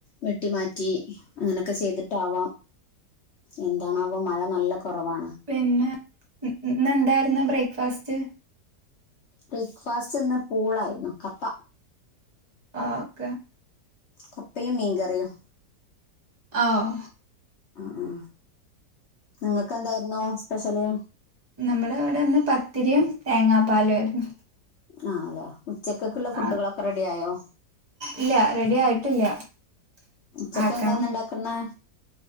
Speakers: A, on the left; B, on the right.
A: വെട്ടിമാറ്റി അങ്ങനക്കെ ചെയ്തിട്ടാവാം. എന്താണാവോ മഴനല്ല കൊറവാണ്-
B: പിന്നെ ഇന്ന് എന്തായിരുന്ന ബ്രേക്ക്ഫാസ്റ്റ്
A: ബ്രേക്ക്ഫാസ്റ്റ് നിന്ന് പൂളായിര്ന്നു കപ്പ
B: ആക്കെ
A: കപ്പയും മീകറിയും
B: ആഹ്
A: അ ആ നിങ്ങൾക്ക് എന്തായിര്ന്നു സ്പെഷ്യല്
B: ന്നമ്മളെ അവിടെ ഇന്ന് പത്തിരിയും തേങ്ങാപ്പാലു ആയിരുന്നു
A: ആ ലെ ഉച്ചക്കെക്കുള്ള ഫുഡുകളൊക്കെ
B: ആഹ്
A: റെഡി ആയോ
B: ഇല്ല റെഡി ആയിട്ടില്ല
A: ഉച്ചക്ക്
B: ആക്കണം
A: എന്താന്ന് ഇണ്ടാക്ക്ന്നെ